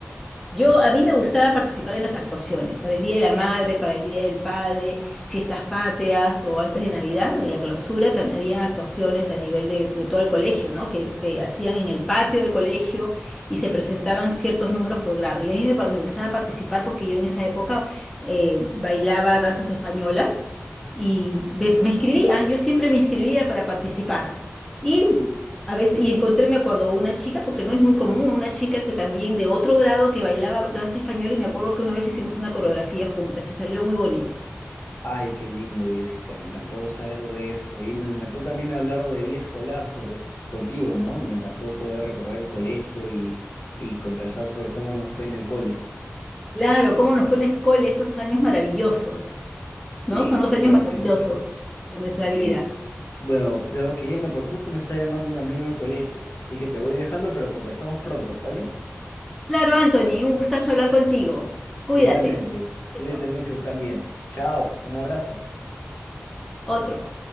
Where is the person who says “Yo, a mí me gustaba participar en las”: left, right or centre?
Centre